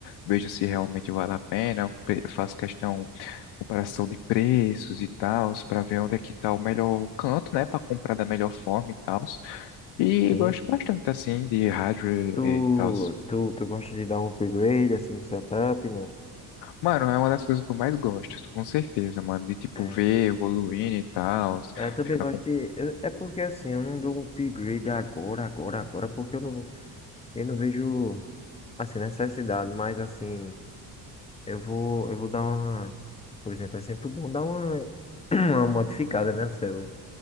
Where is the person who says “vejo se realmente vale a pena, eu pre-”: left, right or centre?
Left